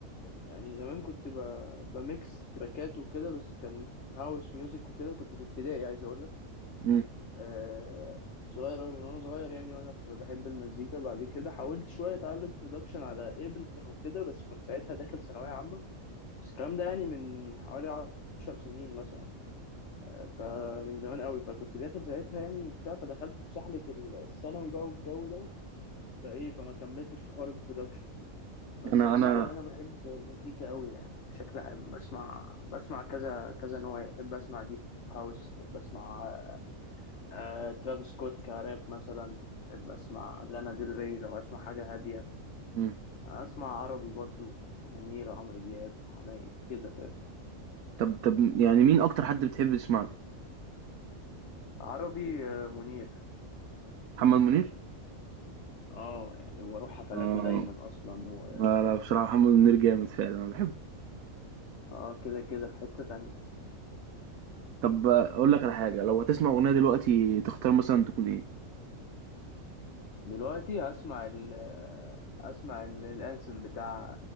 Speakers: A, on the left; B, on the right.
A: يعني زمان كنت ب- بميكس تراكات وكده بس كان هاوس ميوزك وكده كنت في ابتدائي عايز اقول لك
B: امم
A: آه كنت صغير أوي من وأنا صغير يعني وأنا ف- بحب المزيكا بعد كده حاولت شوية أتعلم برودكشن على إيبلتون وكده بس كنت ساعتها داخل ثانوية عامة بس الكلام ده يعني من حوالي عشر سنين مثلا آه، فمن زمان أوي فكنت داخل ساعتها يعني بتاع فدخلت في سحلة الثانوي بقى والجو ده فإيه فما كملتش في حوار البرودكشن بس
B: انا
A: عامة
B: انا
A: أنا بحب المزيكا أوي يعني بشكل عام بسمع بسمع كذا كذا نوع يعني. بحب أسمع ديب هاوس بحب أسمع آه، ترافيس سكوت كراب مثلا أحب أسمع لانا ديل ري لو أسمع حاجة هادية
B: امم
A: أسمع عربي برضو منير عمرو دياب حماقي كده فاهم
B: طب طب يعني مين اكتر حد بتحب تسمع له
A: عربي آه، منير
B: محمد منير
A: اه يعني واروح حفلاته
B: اه
A: دايما اصلا و...
B: لا لا، بصراحه محمد منير جامد فعلا انا بحبه
A: اه كده كده في حتة تانية
B: طب اقول لك على حاجه لو هتسمع اغنيه دلوقتي تختار مثلا تكون ايه
A: دلوقتي هسمع ال آه، اسمع ال- الانسم بتاع